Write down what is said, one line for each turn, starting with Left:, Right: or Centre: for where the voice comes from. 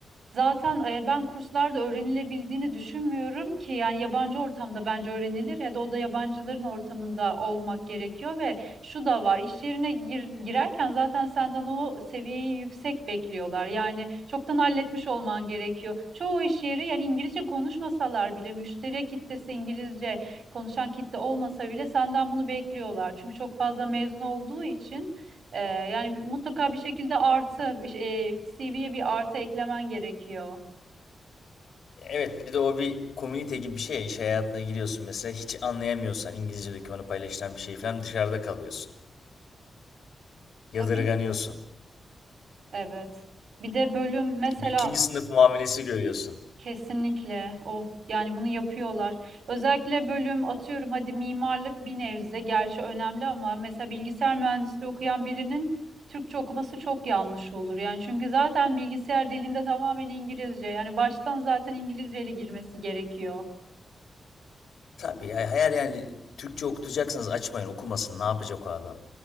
Right: Zaten e, ben kurslarda öğrenilebildiğini düşünmüyorum ki yani yabancı ortamda bence öğrenilir ya da o da yabancıların ortamında olmak gerekiyor ve şu da var iş yerine gir- girerken zaten senden o seviyeyi yüksek bekliyorlar yani çoktan halletmiş olman gerekiyor. Çoğu iş yeri yani İngilizce konuşmasalar bile müşteri kitlesi İngilizce konuşan kitle olmasa bile senden bunu bekliyorlar çünkü çok fazla mezun olduğu için. Ee, yani mutlaka bir şekilde artı, bir şey- e, CV'ye bir artı eklemen gerekiyor.
Left: Evet bir de o bir komünite gibi bir şey. ya. İş hayatına giriyorsun mesela. Hiç anlayamıyorsan İngilizce dokümanı paylaşılan bir şey falan dışarıda kalıyorsun. Yadırganıyorsun.
Right: Tabii ki. Evet. Bir de bölüm mesela
Left: Bir ikinci sınıf muamelesi görüyorsun.
Right: kesinlikle o yani bunu yapıyorlar. Özellikle bölüm atıyorum hadi mimarlık bir nebze gerçi önemli ama mesela bilgisayar mühendisliği okuyan birinin Türkçe okuması çok yanlış olur. Yani çünkü zaten bilgisayar dilinde tamamen İngilizce. Yani baştan zaten İngilizceyle girmesi gerekiyor.
Left: Tabii ya eğer yani Türkçe okutacaksanız açmayın okumasın. Ne yapacak o adam?